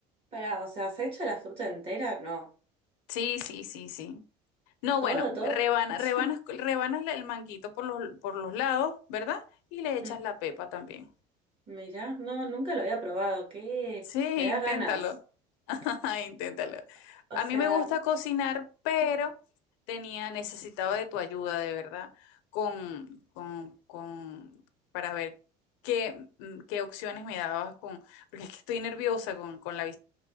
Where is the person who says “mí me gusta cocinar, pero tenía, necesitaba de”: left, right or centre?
Left